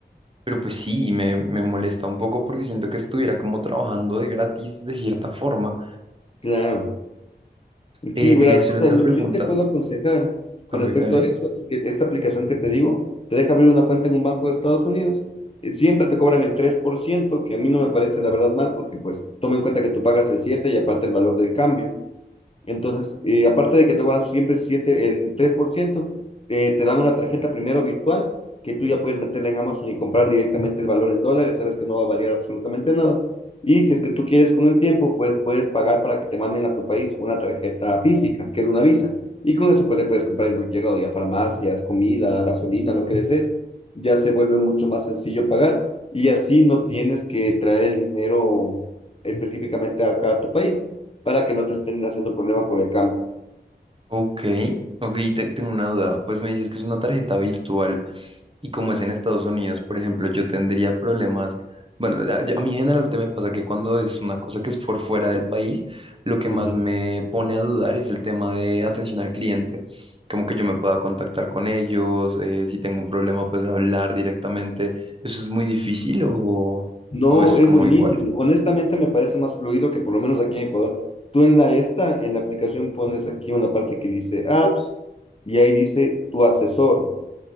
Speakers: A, on the right; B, on the left.
A: pero pues sí, me, me molesta un poco porque siento que estuviera como trabajando de gratis de cierta forma.
B: Claro.
A: Eh,
B: Sí,
A: te
B: ¿verdad?
A: quería hacer otra
B: O sea, lo
A: pregunta.
B: que yo te puedo aconsejar con
A: Ok,
B: respecto
A: dale.
B: a eso es que esta aplicación que te digo te deja abrir una cuenta en un banco de Estados Unidos. eh, Siempre te cobran el 3%, que a mí no me parece la verdad mal, porque pues toma en cuenta que tú pagas el 7 y aparte el valor del cambio. Entonces, eh, aparte de que te van a siempre siete, el 3%, eh, te dan una tarjeta primero virtual que tú ya puedes meterla en Amazon y comprar directamente el valor en dólares, sabes que no va a variar absolutamente nada. Y si es que tú quieres con el tiempo, pues puedes pagar para que te manden a tu país una tarjeta física, que es una visa. Y con eso pues ya puedes comprar en cualquier lado, ya farmacias, comida, gasolina, lo que desees. Ya se vuelve mucho más sencillo pagar y así no tienes que traer el dinero específicamente acá a tu país para que no te estén haciendo problema por el cambio.
A: Ok, ok, te- tengo una duda. Pues me dices que es una tarjeta virtual. Y como es en Estados Unidos, por ejemplo, yo tendría problemas. Bueno, a, yo- a mí generalmente me pasa que cuando es una cosa que es por fuera del país, lo que
B: Ujú.
A: más me pone a dudar es el tema de atención al cliente. Como que yo me pueda contactar con ellos, eh, si tengo un problema, pues hablar directamente. ¿Eso es muy difícil o,
B: No,
A: o es
B: es
A: como
B: buenísimo.
A: igual?
B: Honestamente me parece más fluido que por lo menos aquí en Ecuador. Tú en la esta, en la aplicación pones aquí una parte que dice apps y ahí dice tu asesor